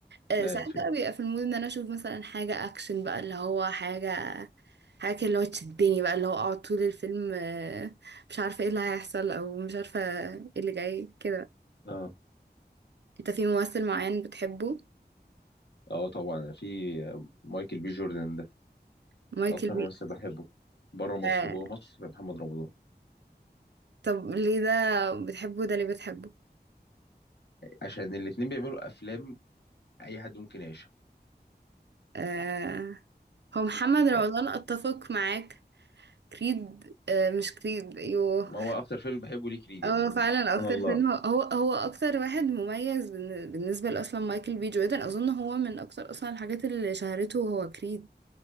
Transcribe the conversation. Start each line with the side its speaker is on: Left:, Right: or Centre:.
Right: آه،
Left: لا
Right: ساعات
Left: ايوه فيلم
Right: بقى بيبقى في المود ان انا اشوف مثلا حاجة اكشن بقى اللي هو حاجة حاجة كده اللي هو تشدني بقى اللي هو اقعد طول الفيلم آه، مش عارفة ايه اللي هيحصل او مش عارفة ايه اللي جاي كده
Left: اه
Right: انت في ممثل معين بتحبه
Left: اه طبعا في مايكل بي جوردن ده
Right: مايكل
Left: اكتر
Right: بي
Left: ممثل بحبه بره مصر
Right: آه،
Left: جوه مصر محمد رمضان
Right: طب ليه ده بتحبه ده ليه بتحبه
Left: عشان الاتنين بيعملوا افلام اي حد ممكن يعيشها
Right: آه، هو محمد رمضان
Left: يعني
Right: اتفق معاك كريد آه، مش كريد ايوه
Left: ما هو اكتر فيلم بحبه ليه كريد
Right: اه
Left: يعني يعني
Right: فعلا
Left: سبحان
Right: اكتر
Left: الله
Right: فيلم هو هو اكتر واحد مميز بالن- بالنسبه لاصلا مايكل بي جوردن اظن هو من اكتر اصلا الحاجات اللي شهرته هو كريد